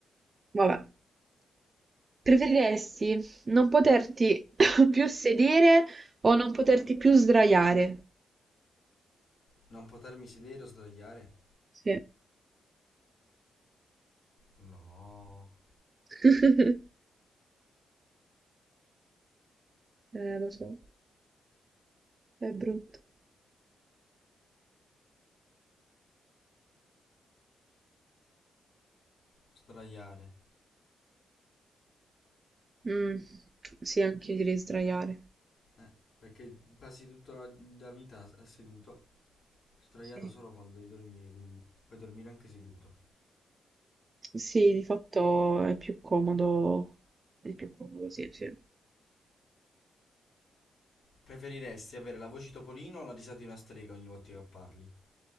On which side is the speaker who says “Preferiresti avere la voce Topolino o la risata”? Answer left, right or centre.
Left